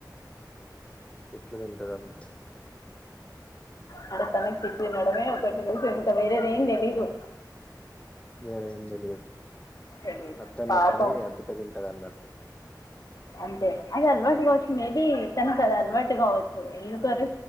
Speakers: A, on the left; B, on the left.
A: తిట్లు తింటారు అంతే
B: స అంటే తనకు తిట్లూ తినడమే ఒకటి తెలుసు ఇంకా వేరేది ఏంది తెలీదు
A: లేద ఏమి తెలీదు
B: తెలీదు.
A: అద్దన్న
B: పాపం.
A: పని అద్దక తింటది అన్నట్టు
B: అంతే అది అలవాటు కావచ్చు మేబీ తను కది అలవాటు కావచ్చు ఎందుకోరు